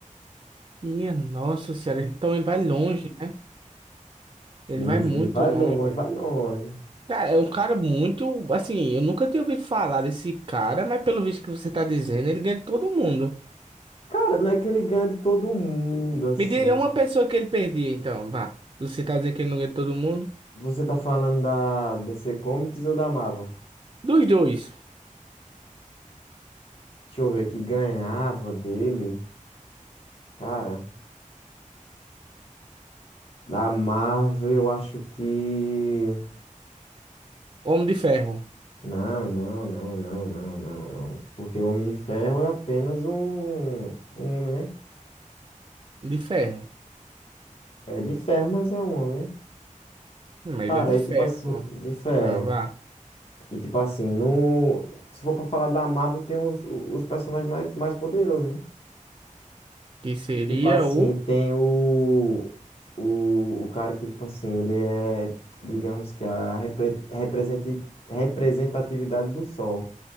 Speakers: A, on the right; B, on the left.
A: Minha nossa senhora, ele também vai longe, né?
B: Sim,
A: Ele vai muito
B: sim, ele vai
A: longe.
B: longe, vai longe.
A: Cara, é um cara muito. Assim, eu nunca tinha ouvido falar desse cara, mas pelo visto que você tá dizendo, ele ganha de todo mundo.
B: Cara, não é que ele ganha de todo mundo, assim.
A: Me diga é uma pessoa que ele perdia, então, vá. Você tá dizendo que ele não ganha de todo mundo?
B: Você tá falando da DC Comics ou da Marvel?
A: Dos dois.
B: Deixa eu ver, que ganhava dele. Cara, da Marvel eu acho que.
A: Homem de ferro.
B: Não, não, não, não, não, não, não. Porque o Homem de Ferro é apenas um, um homem, né?
A: De ferro.
B: É de ferro, mas é um homem, né?
A: Hum, Mas
B: Cara,
A: ele é de ferro.
B: e tipo assim, de ferro.
A: Ah, vá.
B: E tipo assim, no, se for pra falar da Marvel, tem os, os personagens mais, mais poderosos, né?
A: Que seria
B: Tipo assim,
A: o
B: tem o, o, o cara que, tipo assim, ele é, digamos que a repre, representi- representatividade do Sol.